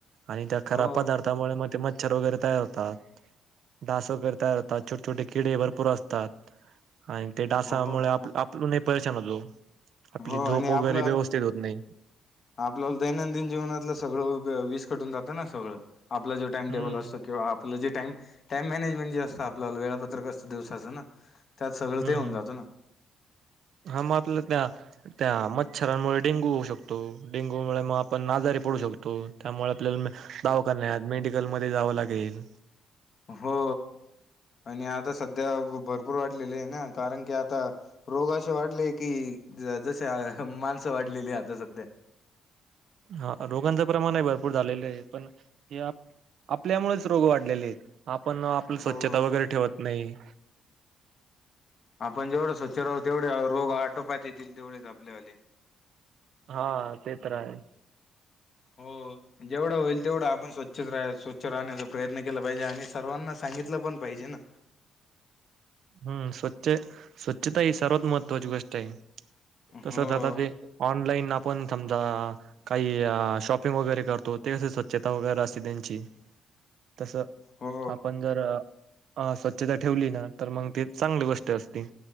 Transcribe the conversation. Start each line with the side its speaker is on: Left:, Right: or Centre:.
Right: आणि त्या खराब
Left: हो
Right: पदार्ामुळे मग ते म मच्छर वगैरे तयार होतात डास वगैरे तयार होतात छोटे छोटे किडे भरपूर असतात आणि ते डासामुळे
Left: हो
Right: आप आपल नाही परशान होतो आपली
Left: हो
Right: झधोप
Left: आणि आपलं
Right: उपस्थित होत नाही
Left: आपल्याला दैनंदिन जीवनातलं सगळं वीज कटून जातं ना सगळं आपला जो टाइम
Right: हम्म
Left: टेबल असतं किंवा आपलं जे टाम टाइम मॅनेजमेंट जे असत आपल्याला वेळापत्रक कसं दिवसाचं ना त्यात सगळं
Right: हम्म
Left: ते होऊन
Right: हम्म
Left: जातो ना
Right: हा मग आपल्या त्या त्या मच्छरांमुळे डेंगू होऊ शकतो डेंगूमुळे मग आपण आजारी पडू शकतो त्यामुळे आपल्याला म दावा करण्यात मेडिकलमध्येध्ये जावं लागेल
Left: हो आणि आता सध्या भरपूर वाढलेले आहे ना कारण की आता रोग असे वाढले की जसे माणसं वाढलेली आता सध्या
Right: हा रोगांचं प्रमाणही भरपूर झालेलं आहे पण हे आपल्यामुळेच रोग वाढलेले आहेत आपण आपली स्वच्छता
Left: हो
Right: वगैरे ठेवत नाही
Left: आपण जेवढं स्वच्छ राहू तेवढे रोग आटोपात येतील तेवढेच आपले आले
Right: हा ते तर आहे
Left: हो जेवढं होईल तेवढं आपण स्वच्छ स्वच्छ राह स्वच्छ राहण्याचा प्रयत्न केला पाहिजे आणि सर्वांना सांगितलं पण पाहिजे ना
Right: हम्म स्वच्छ स्वच्छता ही सर्वात महत्त्वाची गोष्ट आहे तसच
Left: हो
Right: आता ते ऑनलाईन आपण समजा काही शॉपिंग वगैरे करतो ते क स्वच्छता वगैरे असते त्यांची तस
Left: हो
Right: आपण जर स्वच्छता ठेवली ना तर मग ती चांगली गोष्ट असते